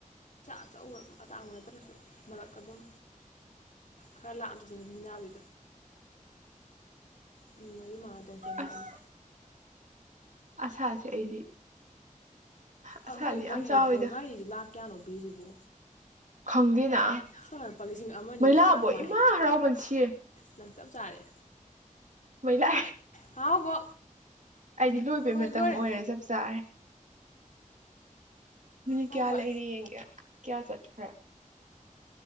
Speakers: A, on the left; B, on the right.
A: ꯑꯆꯧꯕ ꯑꯇꯥꯡꯕ ꯅꯠꯇ꯭ꯔꯁꯨ ꯃꯔꯛ ꯑꯗꯨꯝ ꯈꯔ ꯂꯥꯛ ꯑꯝꯇꯁꯨ ꯑꯗꯨꯝ ꯌꯥꯕꯤ ꯑ ꯃꯤ ꯃꯔꯤ ꯃꯉꯥꯗꯪ ꯆꯟꯕ
B: ꯑꯁ
A: ꯑꯃ
B: ꯑꯁꯥꯁꯦ ꯑꯩꯗꯤ ꯑꯁꯥꯗꯤ
A: ꯑꯩꯍꯣꯏ
B: ꯌꯥꯝ
A: ꯒꯥꯔꯤ
B: ꯆꯥꯎꯋꯤꯗ
A: ꯒꯥꯔꯤꯁꯤ ꯂꯥꯛ ꯀꯌꯥꯅꯣ ꯄꯤꯁꯤꯕꯣ
B: ꯈꯪꯗꯦꯅ꯫
A: ꯁꯣꯅ ꯂꯨꯄꯥ ꯂꯤꯁꯤꯡ ꯑꯃ ꯑꯅꯤꯒꯤ
B: ꯃꯩꯂꯥꯕꯣ
A: ꯁꯨꯛ ꯌꯥꯝ
B: ꯏꯃꯥ
A: ꯋꯥꯏ
B: ꯍꯔꯥꯎꯕꯅ ꯁꯤꯔꯦ
A: ꯅꯪ ꯆꯞ ꯆꯥꯔꯦ
B: ꯃꯂ
A: ꯍꯥꯎꯕꯣ
B: ꯑꯩꯗꯤ ꯂꯣꯏꯕꯩ
A: ꯍꯣꯏ
B: ꯃꯇꯝ
A: ꯂꯣꯏꯔꯦ
B: ꯑꯣꯏꯔꯦ ꯆꯞ ꯆꯥꯔꯦ ꯃꯤꯅꯤ
A: ꯍꯣꯏ
B: ꯀꯌꯥ
A: ꯍꯣꯏ
B: ꯂꯩꯔꯤ ꯌꯦꯡꯒꯦ ꯀꯌꯥ ꯆꯠꯈ꯭ꯔꯦ